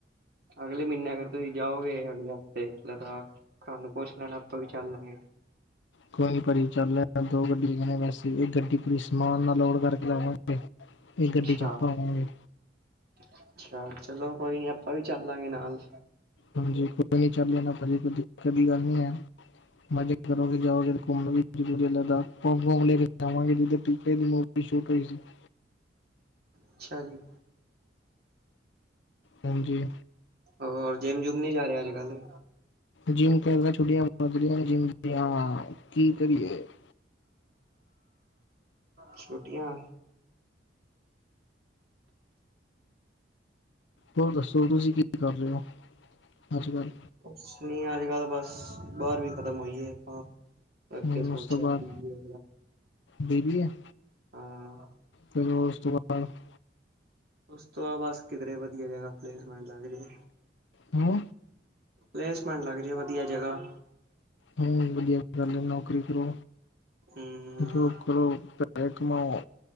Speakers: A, on the right (about 60°); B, on the left (about 75°).
A: ਅਗਲੇ ਮਹੀਨੇ ਅਗਰ ਤੁਸੀਂ ਜਾਓਗੇ ਅਗਲੇ ਹਫ਼ਤੇ ਲਦਾਖ ਸਾਨ ਨੂੰ ਪੁੱਛ ਲੈਣਾ ਆਪਾਂ ਵੀ ਚੱਲ ਲਾਂਗੇ।
B: ਕੋਈ ਨੀ ਭਾਜੀ ਚੱਲ ਦੋ ਗੱਡੀ ਵੈਸੇ ਇਹ ਗੱਡੀ ਪੂਰੀ ਸਮਾਨ ਨਾਲ ਲੋੜ ਕਰਕੇ ਲਵਾਂਗੇ। ਇਹ
A: ਅੱਛਾ
B: ਗੱਡੀ ਚ ਅੱਪਾ ਹੋਗੇ।
A: ਅੱਛਾ ਚਲੋ ਕੋਈ ਨੀ ਆਪਾਂ ਵੀ ਚੱਲ ਲਾਂਗੇ ਨਾਲ।
B: ਹਾਂਜੀ ਕੋਈ ਨੀ ਚੱਲ ਲੈਣਾ ਪਾਜੀ ਤੁਸੀ। ਕਦੀ ਗੱਲ ਨੀ ਹੈ ਮਜ਼ੇ ਕਰੋਗੇ ਜਾਓਗੇ ਘੁੰਮਣ ਵੀ। ਲ ਲੈ ਕੇ ਜਾਵਾਂਗੇ ਜ ਦੀ ੂਟ ਹੋਈ ਸੀ <inaudible>
A: ਅੱਛਾ ਜੀ।
B: ਹਾਂਜੀ
A: ਹੋਰ ਜਿੰਮ ਜੁਮ ਨੀ ਜਾ ਰਿਹਾ ਅੱਜ ਕੱਲ।
B: ਜਿੰਮ ਕ ਛੁੱਟੀਆਂ ਜਿੰਮ ਹਾਂ ਕੀ ਕਰੀਏ। <inaudible>
A: ਛੋਟੀਆਂ
B: ਹੋਰ ਦੱਸੋ ਤੁਸੀਂ ਕੀ ਕਰ ਰਹੇ ਹੋ ਅੱਜ ਕੱਲ।
A: ਕੁਛ ਨੀ ਅੱਜ ਕੱਲ ਬਸ ਬਾਹਰ ਵੀ ਖਤਮ ਹੋਈਏ ਆਪਾਂ। ਅੱਗੇ
B: ਹ
A: ਸੋਚਿਆ
B: ਉਸ ਤੋਂ ਬਾਅਦ
A: ਬੀ ਬੀ ਏ
B: ਬੇਬੀ ਹੈ।
A: ਹੂੰ
B: ਫਿਰ ਉਸ ਤੋਂ ਬਾਅਦ <unintelligible>
A: ਉਸਤ ਆ ਬਸ ਕਿਧਰੇ ਵਧੀਆ ਜਗ੍ਹਾ ਪਲੇਸਮੈਂਟ ਲੱਗ ਜੇ।
B: ਹੂੰ
A: ਪਲੇਸਮੈਂਟ ਲੱਗ ਜੇ ਵਧੀਆ ਜਗ੍ਹਾ।
B: ਹੂੰ ਵਧਆ ਨੌਕਰੀ ਕਰੋ
A: ਹਮ
B: ਜੋ, <unintelligible> ਕਰੋ ਪੈਸੇ ਕਮਾਓ